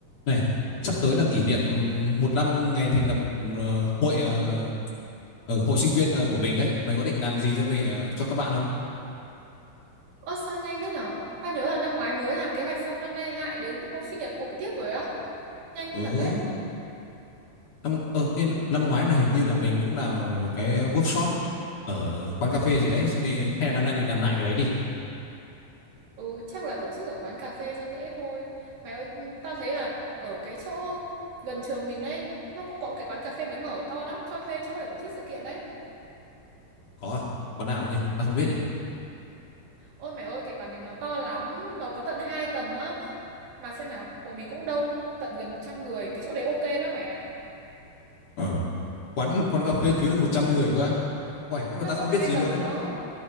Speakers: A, on the left (about 45°); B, on the right (about 80°).
A: Này, sắp tới là kỷ niệm ừm, một năm ngày thành lập ờ, hội ờ, ờ, hội sinh viên ờ, của mình đấy. Mày có định làm gì cho mình ờ, cho các bạn không?
B: Ơ sao nhanh thế nhở? Tao nhớ là năm ngoái mới làm kế hoạch xong năm nay lại đến hôm sinh nhật hội tiếp rồi á. Nhanh
A: Ừ,
B: thật đấy.
A: năm ờ thế năm ngoái là hình như là mình cũng làm một cái workshop ở quán cà phê gì đấy, xong đi hay là năm nay mình làm lại cái đấy đi.
B: Ừ, chắc là tổ chức ở quán cà phê cho dễ thôi. Mày ơi, tao thấy là ở cái chỗ gần trường mình đấy, nó cũng có một cái quán cà phê mới mở to lắm, cho thuê chỗ để tổ chức sự kiện đấy.
A: Có à? Quán nào ấy nhỉ? Tao không biết nhỉ.
B: Ôi mày ơi, cái quán đấy nó to lắm, nó có tận 2 tầng á. Mà xem nào, bọn mình cũng đông, tận gần 100 người, cái chỗ đấy ok lắm mẹ ạ.
A: Ờ, quán quán cà phê chứa được 100 người cơ á. Uầy, thế mà
B: Nó
A: tao không
B: có hai
A: biết gì
B: tầng
A: luôn đấy.
B: đó.